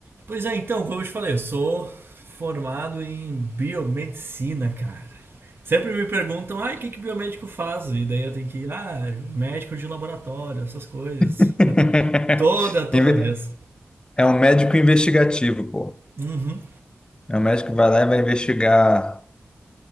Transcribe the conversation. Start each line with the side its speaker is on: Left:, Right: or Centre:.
Right: Pois é, então, como eu te falei, eu sou formado em biomedicina, cara. Sempre me perguntam, ah, o que que biomédico faz? E daí eu tenho que ir, ah, médico de laboratório, essas coisas.
Left: <laughs>
Right: Toda, toda
Left: Inve-
Right: vez.
Left: É um médico investigativo, pô.
Right: Uhum,
Left: É um médico que vai lá e vai investigar